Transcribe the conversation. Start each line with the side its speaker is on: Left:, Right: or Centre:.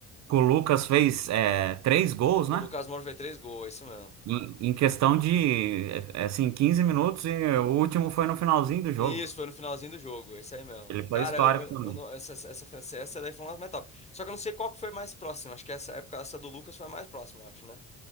Right: que o Lucas fez é, três gols,
Left: O
Right: né?
Left: Lucas Moura fez três gols, é isso mesmo.
Right: Em, em questão de, é, assim, 15 minutos e o último foi no finalzinho do jogo.
Left: Isso, foi no finalzinho do jogo, é isso aí mesmo.
Right: Ele
Left: Cara,
Right: foi histórico
Left: eu, eu-
Right: também.
Left: eu não- essa, essa, essa essa daí foi uma mais top. Só que eu não sei qual que foi mais próxima. Acho que essa época, essa do Lucas foi a mais próxima, eu acho, né?